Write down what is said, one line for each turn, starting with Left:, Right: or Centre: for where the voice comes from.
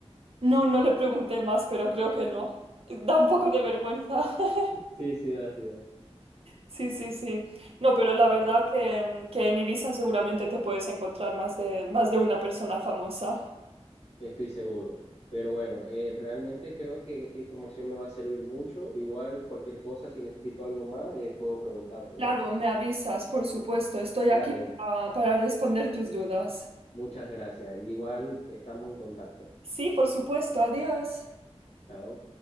Right: No, no le pregunté más, pero creo que no. Da un poco de vergüenza. <laughs>
Left: Sí, sí da, sí da.
Right: Sí, sí, sí. No, pero la verdad
Left: Ok.
Right: que, mm, que en Ibiza seguramente te puedes encontrar más de, más de una persona famosa.
Left: Estoy seguro. Pero bueno, eh, realmente creo que esta información me va a servir mucho. Igual cualquier cosa, si necesito algo más, eh, puedo preguntarte,
Right: Claro,
Left: ¿no?
Right: me avisas, por supuesto. Estoy
Left: Dale.
Right: aquí para, para responder tus dudas.
Left: Muchas gracias. Igual estamos en contacto.
Right: Sí, por supuesto. Adiós.
Left: Chao.